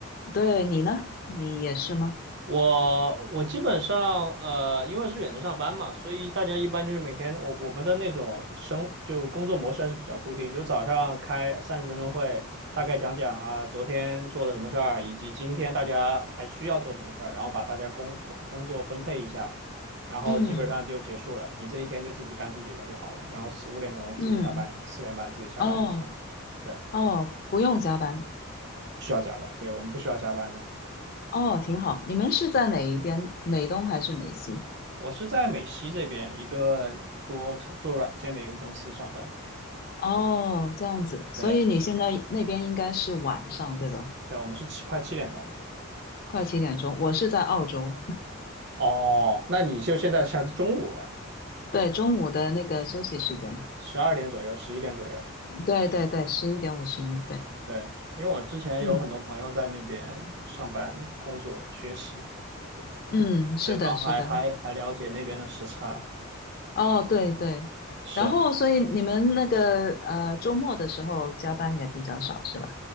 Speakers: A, on the left; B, on the right.
A: 对你呢？你也是吗？
B: 我我基本上呃，因为是远程上班嘛，所以大家一般就是每天我我们的那种生就工作模式还是比较固定，就早上开三十分钟会，大概讲讲啊昨天做了什么事儿，以及今天大家还需要做什么事儿，然后把大家工工工作分配一下，然后基本上就结束了，
A: 嗯
B: 你这一天就自己干自己的就好了，然后四五点钟自己下班，
A: 嗯，
B: 四点半自己下班就行了，
A: 哦
B: 对，不
A: 哦，不用加班，
B: 需要加班，对我们不需要加班的。
A: 哦，挺好。你们是在哪一边？美东还是美西？
B: 我是在美西这边一个做做软件的一个公司上班。
A: 哦，这样子，
B: 对，
A: 所以你现在那边应该是晚上，对吧？
B: 对，我们是七快七点钟了。
A: 快七点钟，我是在澳洲，
B: 哦，那你就现在现在中午了，
A: <laughs> 对，中午的那个休息时间，
B: 十二点左右，十一点左右。
A: 对对对，十一点五十一，对，
B: 对，因为我之前有很多朋友在那边上班、
A: 嗯
B: 工作、学习，对，
A: 嗯，
B: 所以刚好还还还了解那边的时差。
A: 是的，是的，哦，对对，
B: 是。
A: 然后所以你们那个呃周末的时候加班也比较少，是吧？